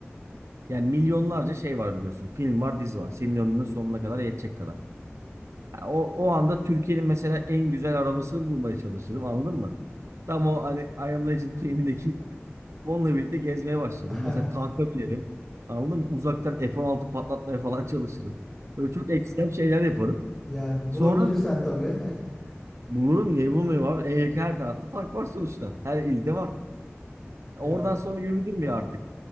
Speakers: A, on the right; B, in the centre.
A: Yani milyonlarca şey var biliyorsun. Film var, dizi var. Senin ömrünün sonuna kadar yetecek kadar. Ya o, o anda Türkiye'nin mesela en güzel arabasını bulmaya çalışırım anladın mı? Tam o hani I Am Legend filmindeki onunla birlikte gezmeye başlarım.
B: <laughs>
A: Mesela tanka binerim. Anladın mı? Uzaktan F-16 patlatmaya falan çalışırım. Böyle çok ekstrem şeyler yaparım.
B: Yani
A: Sonra
B: bulabilirsen tabii. <laughs>
A: bulurum niye bulmayayım abi? En yakın her tarafta tank var sonuçta. Her ilde var. Oradan
B: Yani
A: sonra yürüdüm ya artık.